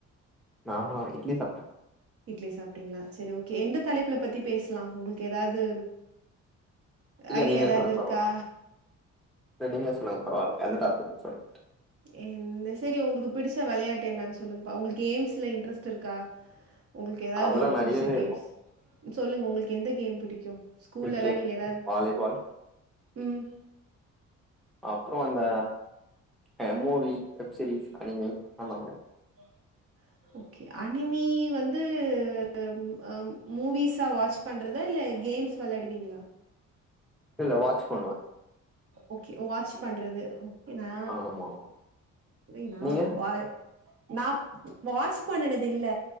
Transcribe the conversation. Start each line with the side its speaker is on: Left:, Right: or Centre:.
Centre: நானா இட்லி சாப்ட்டே
Right: இட்லி சாப்ட்டீங்களா செரி ஓகே எந்த தலைப்புல பத்தி பேச்லா உங்களுக்கு எதாது
Centre: இல்ல
Right: ஐடியா
Centre: நீங்களே
Right: ஏதாது
Centre: சொல்லுங்க
Right: இருக்கா
Centre: பரவால்ல இல்ல நீங்களே சொல்லுங்க பரவால்ல எந்த டாபிக்னு சொல்லுங்
Right: என் சேரி உங்களுக்கு பிடிச்ச வளையாட்டு என்னான்னு சொல்லுங்கப்பா உங்களுக்கு கேம்ஸ்ல இன்ட்ரெஸ்ட் இருக்கா உங்களுக்கு ஏதாவது
Centre: அதெல்லா
Right: ஒரு
Centre: நெறையவே
Right: புடிச்ச கேம்ஸ்
Centre: இருக்கு
Right: சொல்லுங்க உங்களுக்கு எந்த கேம் புடிக்கு ஸ்கூல்ல
Centre: கிரிக்கெட்
Right: எல்லா நீங்க எதா
Centre: வாலிபால்
Right: ம்
Centre: அப்புறோ அந்த எ மூவி வெப்
Right: <inaudible>
Centre: சீரிஸ் அனிமி அந்த மாரி
Right: ஓகே அனிமி வந்து ம் அ மூவிஸா வாட்ச் பண்றதா இல்ல கேம்ஸ் வெளாடுவீங்களா
Centre: இல்ல வாட்ச் பண்ணுவே
Right: ஓகே வாட்ச் பண்றது இ நா
Centre: ஆமா ஆமா
Right: இ நா
Centre: நீங்க
Right: வா நா வாட்ச் பண்ணனது இல்ல